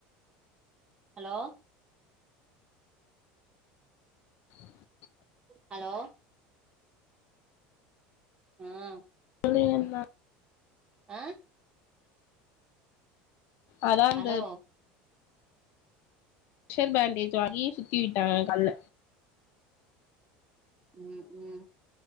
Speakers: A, on the right; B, on the left.
A: ஹலோ
B: <inaudible>
A: ஹலோ உம்
B: சொல்லு என்ன
A: ஆஹ
B: அதான்
A: ஹலோ
B: இந்த பிரெஷர் பேண்டேஜ் வாங்கி சுத்தி விட்டாங்க கல்ல
A: உம் உம்